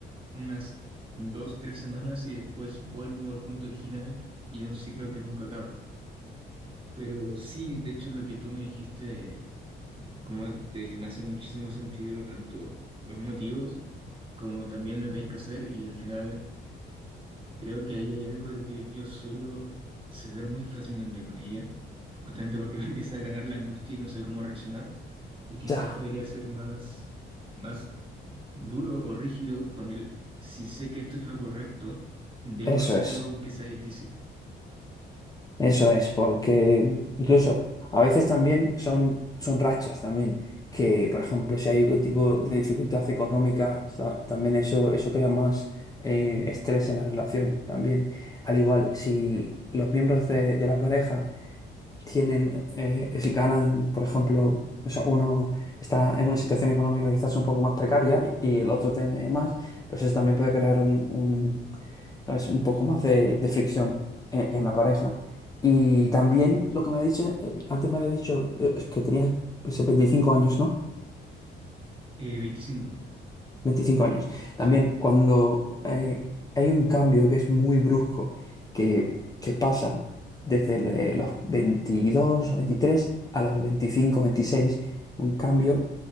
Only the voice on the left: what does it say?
Ya.
Eso
es,
eso es, porque incluso a veces también son, son rachas también, que por ejemplo si hay algún tipo de dificultad económica, sa- también eso, eso crea más eh, estrés en la relación también. Al igual, si los miembros de, de la pareja tienen, eh, es- ganan, por ejemplo, o sea, uno está en una situación económica quizás un poco más precaria y, el otro tiene más, pues eso también puede crear un, un, ¿sabes? un poco más de, de fricción en, en la pareja. Y también lo que me ha dicho, eh, antes me había dicho eh, es que tenías pues, 25 años, ¿no?
veinticinco años. También
cuando eh, hay un cambio que es muy brusco, que, que pasa desde le- los 22 o 23 a los 25 o 26, un cambio